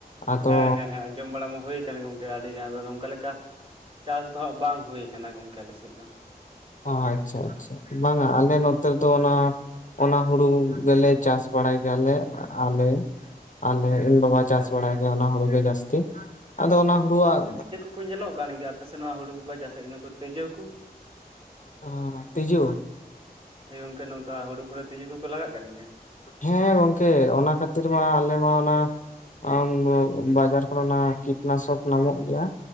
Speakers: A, on the left; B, on the right.
A: ᱟᱫᱚ
B: ᱦᱮᱸ ᱦᱮᱸ ᱦᱮᱸ ᱟᱡᱚᱢ ᱵᱟᱲᱟ ᱢᱟ ᱦᱩᱭ ᱠᱟᱱᱟ ᱜᱚᱝᱠᱮ ᱟᱹᱰᱤᱜᱟᱱ ᱫᱚ ᱱᱚᱝᱠᱟ ᱞᱮᱠᱟ ᱪᱟᱥ ᱫᱚ ᱦᱟᱸᱜ ᱵᱟᱝ ᱦᱩᱭ ᱠᱟᱱᱟ ᱜᱚᱝᱠᱮ ᱟᱞᱮ ᱥᱮᱫ ᱫᱚ᱾
A: ᱚ ᱟᱪᱪᱷᱟ ᱟᱪᱪᱷᱟ ᱵᱟᱝᱟ ᱟᱞᱮ ᱱᱚᱛᱮ ᱫᱚ ᱚᱱᱟ ᱚᱱᱟ ᱦᱩᱲᱩ ᱜᱮᱞᱮ ᱪᱟᱥ ᱵᱟᱲᱟᱭ ᱜᱮᱭᱟᱞᱮ ᱟᱞᱮ ᱟᱞᱮ ᱤᱧ ᱵᱟᱵᱟ
B: ᱟᱪᱪᱷᱟ
A: ᱪᱟᱥ ᱵᱟᱲᱟᱭ
B: ᱟᱪᱪᱷᱟ ᱟᱪᱪᱷᱟ
A: ᱜᱮ ᱚᱱᱟ ᱦᱩᱲᱩ ᱜᱮ ᱡᱟᱹᱥᱛᱤ᱾ ᱟᱫᱚ ᱚᱱᱟ ᱦᱩᱲᱩᱣᱟᱜ
B: ᱠᱚ ᱧᱮᱞᱚᱜ ᱠᱟᱱ ᱜᱮᱭᱟ ᱟᱯᱮᱥᱮ ᱱᱚᱣᱟ ᱦᱩᱲᱩ ᱠᱚ ᱵᱟᱭ ᱪᱟᱥᱮᱫ ᱠᱟᱱᱟ ᱠᱚ ᱛᱤᱡᱩ ᱠᱚ?
A: ᱚᱸ ᱛᱤᱡᱩ
B: ᱦᱮᱸ ᱜᱚᱝᱠᱮ ᱱᱚᱝᱠᱟ ᱦᱩᱲᱩ ᱠᱚᱨᱮ ᱛᱤᱡᱩ ᱠᱚᱠᱚ ᱞᱟᱜ ᱠᱟᱱ ᱜᱮᱭᱟ᱾
A: ᱦᱮᱸ ᱜᱚᱢᱠᱮ ᱚᱱᱟ ᱠᱷᱟᱹᱛᱤᱨ ᱢᱟ ᱟᱞᱮ ᱢᱟ ᱚᱱᱟ ᱟᱢ ᱵᱟᱡᱟᱨ ᱠᱚᱨᱮᱱᱟᱜ ᱠᱤᱴᱱᱟᱥᱚᱠ ᱧᱟᱢᱚᱜ ᱜᱮᱭᱟ᱾